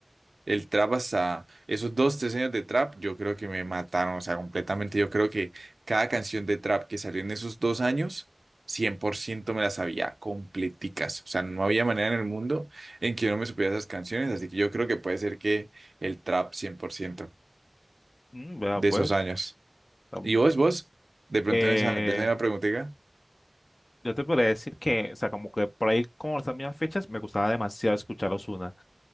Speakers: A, on the right; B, on the left.
A: el trap hasta esos dos, tres años de trap, yo creo que me mataron, o sea, completamente. Yo creo que cada canción de trap que salió en esos dos años, 100% me las sabía completicas. O sea, no había manera en el mundo en que yo no me supiera esas canciones, así que yo creo que puede ser que el trap 100%
B: Mm, vea
A: de
B: pues.
A: esos años.
B: Am-
A: ¿Y vos, vos? De pronto
B: Eh,
A: en esa, de esa misma preguntita.
B: yo te podría decir que, o sea, como que por ahí como las mismas fechas me gustaba demasiado escuchar Ozuna.